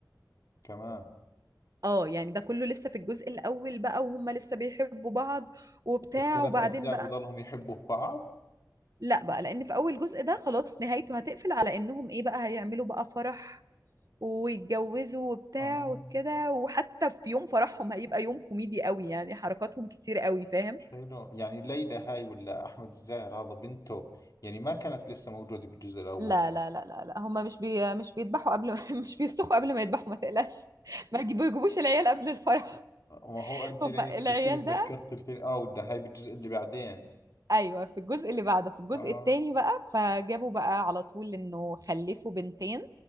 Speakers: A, on the left; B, on the right.
A: كمان
B: اه يعني ده كله لسه في الجزء الاول بقى وهم لسه بيحبوا بعض وبتاع
A: الثلاث
B: وبعدين
A: اجزاء
B: بقى
A: بضلهم يحبوا في بعض
B: لا بقى لان في اول جزء ده خلاص نهايته هتقفل على انهم ايه بقى هيعملوا بقى فرح ويتجوزوا وبتاع
A: اه
B: وكده وحتى في يوم فرحهم هيبقى يوم كوميدي قوي يعني حركاتهم كتير قوي فاهم
A: حلو يعني ليلى هاي ولا أحمد الزاهر هذا بنته يعني ما كانت لسه موجودة بالجزء الأول
B: لا لا لا لا لا هما مش بي مش بيذبحوا قبل <laughs> مش بيستخوا قبل ما يذبحوا ما تقلقش <laughs> ما يجيبوا- يجيبوش العيال قبل الفرح
A: ما هو أنت
B: هما
A: لأنك تحكي
B: العيال
A: لي تذكرت
B: ده
A: الفيلم آه ولا هاي بالجزء اللي بعدين
B: ايوه في الجزء اللي بعده في الجزء
A: آه
B: الثاني بقى فجابوا بقى على طول انه خلفوا بنتين